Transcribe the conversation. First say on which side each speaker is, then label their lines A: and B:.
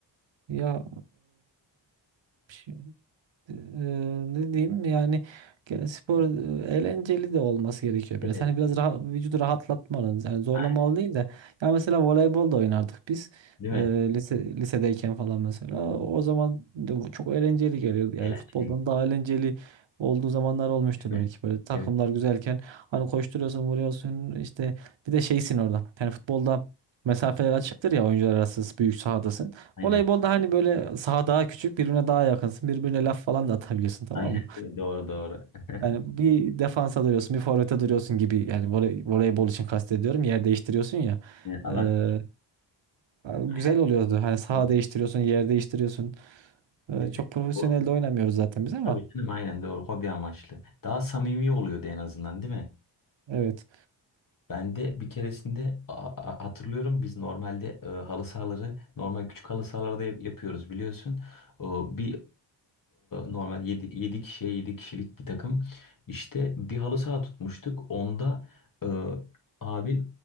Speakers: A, on the right; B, on the left.
A: Ya e, Eee, ne diyeyim yani ge- spor eee, eğlenceli de olması gerekiyor biraz.
B: Evet,
A: Hani biraz rahat, vücudu rahatlatmalı. Yani zorlamalı
B: aynen,
A: değil de. Ya mesela voleybol da oynardık biz.
B: değil
A: Eee,
B: mi?
A: lise, lisedeyken falan mesela. O zaman de bu çok eğlenceli geliyordu.
B: Eğlenceli
A: Yani futboldan daha eğlenceli olduğu zamanlar olmuştur
B: değil
A: belki
B: mi?
A: böyle takımlar
B: Evet,
A: güzelken hani koşturuyorsun vuruyorsun işte bir de şeysin orada yani futbolda mesafeler açıktır ya oyuncular arası büyük sahadasın
B: aynen.
A: Voleybolda hani böyle saha daha küçük, birbirine daha yakınsın. Birbirine laf falan da atabiliyorsun tamam
B: Aynen
A: mı?
B: değil mi? Doğru doğru. <laughs>
A: Yani bir defansa duruyorsun, bir forvete duruyorsun gibi. Yani voley, voleybol için kastediyorum. Yer değiştiriyorsun ya.
B: Yani alan
A: Ee, güzel
B: aynen.
A: oluyordu. Hani saha
B: Doğru,
A: değiştiriyorsun, yer değiştiriyorsun. Ee,
B: Değil
A: çok
B: mi?
A: profesyonel
B: Doğru.
A: de oynamıyoruz zaten biz ama.
B: Tabii canım aynen doğru. Hobi amaçlı. Daha samimi oluyordu en azından değil mi?
A: Evet.
B: Ben de bir keresinde a- a- hatırlıyorum biz normalde e, halı sahaları normal küçük halı sahalarda yap- yapıyoruz biliyorsun. O, bir e, normal 7 7 kişiye 7 kişilik bir takım. İşte bir halı saha tutmuştuk. Onda e, abil